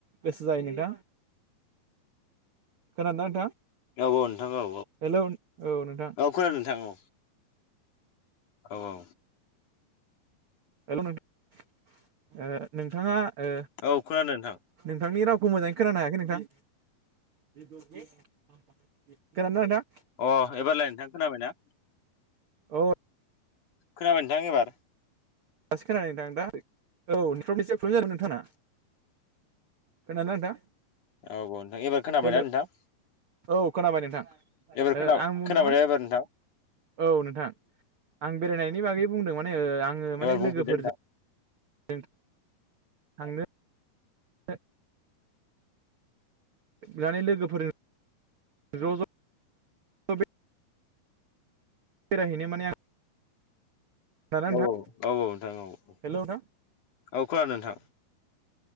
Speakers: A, on the right; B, on the left.
A: गोसो जायो नोंथां
B: <inaudible>
A: खोनादोंना नोंथां।
B: औ औ नोंथां औ
A: हेलौ औ नोंथां
B: औ औ खोनादों नोंथां औ। औ औ।
A: हेल' नोंथा नोंथाङा ओ
B: औ खोनादों नोंथां
A: नोंथांनि राव खौ मोजाङै खोनानो हायाखै नोंथां खोनादोंना नोंथां
B: अ एबारलाय नोंथां खोनाबायना?
A: औ।
B: खोनाबाय नोंथां एबार
A: दासो खोनादों नोंथां दा औ <unintelligible> जादों नोंथांना खोनादोंना नोंथां
B: औ औ नोंथां एबार खोनाबायना
A: हेल'
B: नोंथां।
A: औ खोनाबाय नोंथां
B: एबार खोना
A: ओ आं बुंदों
B: खोनाबायना
A: माने
B: एबार नोंथां
A: औ नोंथां आं बेरायनाय आनि बागै बुंदों माने आङो
B: एबार
A: माने
B: बुंफिनदो
A: लोगोफोरजों जों थांनो <unintelligible> माने लोगोफोर जों ज ज <unintelligible> रायहैनो माने आं खोनादोंना
B: औ औ
A: नोंथां
B: औ औ नोंथां औ
A: हेल' नोंथां
B: औ खोनादों नोंथां